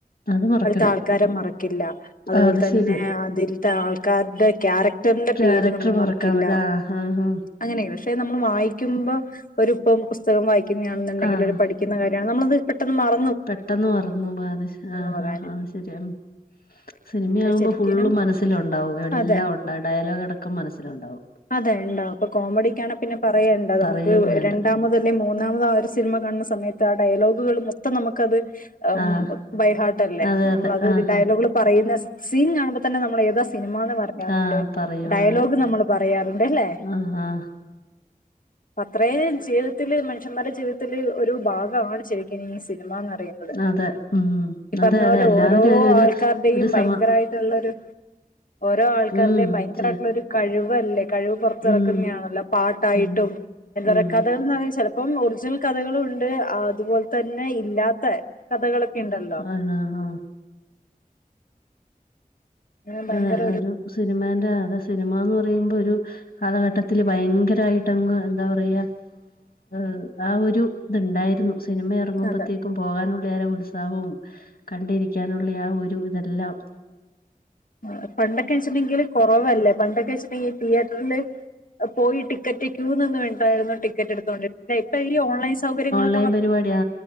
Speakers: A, on the left; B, on the left.
A: അത് മറക്കില്ല
B: അതിൽത്താൾക്കാരെ മറക്കില്ലാ അതുപോൽ
A: ആ അത്
B: തന്നെ
A: ശരിയ
B: അതിൽത്തെ ആൾക്കാര്ടെ ക്യാരക് ടർന്റെ
A: ക്യാരക്ടർ
B: പേര് നമ്മൾ
A: മറക്കാൻ
B: മറക്കില്ലാ
A: പറ്റ ആഹ് ആഹ് ആഹ്
B: അങ്ങനേണ് ഷെ നമ്മൾ വായ്ക്കുമ്പോ ഒരുപ്പം പുസ്തകം വായ്ക്കന്നാണ്ന്ന്ണ്ടെങ്കിലൊര്
A: ആഹ്
B: പഠി ക്ക്ന്ന കാര്യാ നമ്മളത് പെട്ടെന്ന് മറ
A: പെട്ടെന്ന് മറന്നൂമ്പത്ഷ് ആഹ്
B: പോകാന്
A: ഹാ ഹാ ശര്യാണ് സിനിമയാവുമ്പം
B: ശരിക്കിനും
A: ഫുള്ളും മനസ്സ്ലാെണ്ടാവും എല്ലാം
B: അതെ
A: ഒണ്ട ഡയലോഗടക്കം മനസ്സിലൊണ്ടാവും
B: അതേ ണ്ടാവ് പ്പൊ കോമഡിക്കാണെ പിന്നെ പറെയേണ്ട നമുക്ക്
A: പറയും വേണ്ട
B: രണ്ടാ നമ്ക്ക് അല്ലെ മൂന്നാമത് ആ ഒരു സിൻമ കാണ്ന്ന സമയത്ത് ആ ഡയലോഗുകള് മൊത്തം നമ്ക്കത് അം
A: ആഹ്
B: ബൈഹാർട്ടല്ലേ
A: അതെ
B: നമ്മളതൊര്
A: അതെ ആഹ്
B: ഡയലോഗ്കൾ പറയ്ന്ന സ് സീൻ കാണ്‌മ്പതന്നെ നമ്മളേ താ സിനിമാന്ന് പറയാറ്ണ്ട്
A: ആഹ് ആഹ് പറയും
B: ഡയലോഗ്
A: അതെ
B: നമ്മള് പറയാറ്ണ്ട് എല്ലേ
A: ആഹ് ആഹ്
B: അത്രേം ജീവ്തത്തില് മൻഷന്മാര്ടെ ജീവ്തത്തില് ഒരു ഭാഗാണ് ശെ ക്കെനിനി സിനിമാന്നറയ്ന്നത്
A: അതെ ഉം
B: ഇ പർഞ്ഞ
A: അതെ
B: പോലെ
A: അതെ എല്ലാവരും
B: ഓരോ
A: ഒരു ഒരു
B: ആൾക്കാര്ടെയും
A: ഒരു
B: ഭയങ്കരായി
A: സമ
B: ട്ട്ള്ളൊരു ഓരോ ആൾക്കാര്ടേം
A: ഉം
B: ഭയങ്കരായ്ട്ട്ള്ളൊരു
A: ചെ
B: കഴിവല്ലേ കഴിവ് പാെറത്ത്റക്ക്ന്നെയാണല്ലോ
A: ഉം
B: പാട്ടായിട്ടും
A: ഉം
B: എന്താ
A: ഉം
B: പറ്യാ ന്ന <unintelligible> ചെലപ്പം ഒർജിനൽ കഥകളുണ്ട് ആ ത്പോൽതന്നെ ഇല്ലാത്തെ കഥകളാെക്കെ ഇണ്ടല്ലോ
A: ആഹ് ആഹ്
B: അങ്ങനെ ഭയങ്കര
A: ആഹ് ഒരു സിന്‌മേന്റെ അത് സിന്‌മാന്ന് പറയ്മ്പാെരു കാലഘട്ടത്ത്ല് ഭയങ്കരായ്ട്ടങ്ങ് എന്താ പറയ്യാ ഉം ആ ഒരു ത്ണ്ടായ്ര്ന്നു സിനിമ എറങ്ങ്മ്പത്തേ
B: അതെ
A: ക്കും പോകാനുള്ളെ ആ ഒര ഉത്സാഹോം കണ്ടിരിയ്ക്കാനുള്ളെ ആ ഒരു ഇതെല്ലാം
B: ആഹ് പണ്ടൊക്കേച്ച്ണ്ടെങ്കില് കാെറവല്ലേ പണ്ടൊക്കേച്ച്ണ്ടെങ്കി തിയേറ്റർല് പോയി ടിക്കെറ്റ് ക്യൂ നിന്ന് വേൺട്ടായ്ര്ന്നു ടിക്കെറ്റെട്ത്തോണ്ടി ഇപ്പൊ ഈ ഓൺലൈൻ സൗകര്യങ്ങളൊ
A: ലെയ്ൻ പരിവാട്യാ